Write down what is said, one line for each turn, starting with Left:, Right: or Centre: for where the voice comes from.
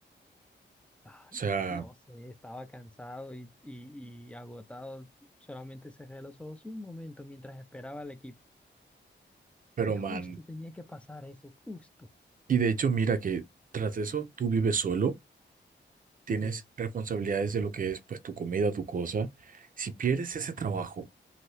Centre: ay,
Right: sea,
Centre: no sé, estaba cansado y, y, y agotado, solamente cerré los ojos un momento mientras esperaba al equipo.
Right: pero
Centre: Y justo
Right: man,
Centre: tenía que pasar eso, justo.
Right: y de hecho mira que tras eso tú vives solo, tienes
Centre: Sí,
Right: responsabilidades de lo que es pues tu comida, tu cosa. Si pierdes ese trabajo,